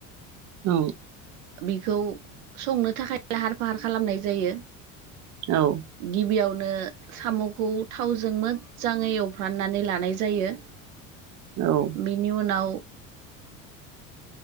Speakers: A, on the right; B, on the right.
A: औ
B: बिखौ संनो थाखाय लाहार फाहार खालामनाय जायो
A: औ
B: गिबियावनो साम'खौ थाव जों मोजाङै एवफ्राननानै लानाय जायो
A: औ
B: बिनि उनाव